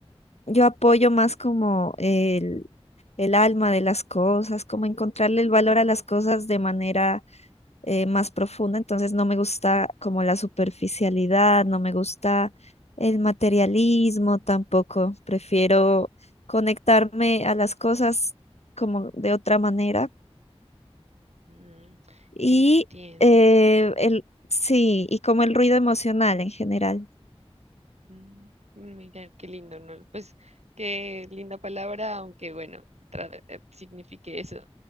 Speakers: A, on the left (about 80°); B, on the right (about 85°).
A: yo apoyo más como el, el alma de las cosas, como encontrarle el valor a las cosas de manera eh, más profunda, entonces no me gusta como la superficialidad, no me gusta el materialismo tampoco, prefiero conectarme a las cosas como de otra manera
B: Mm,
A: y
B: entiendo.
A: eh, el, sí, y como el ruido emocional en general.
B: Mm, mira, qué lindo, ¿no? Pues qué linda palabra, aunque bueno, tra- eh, signifique eso,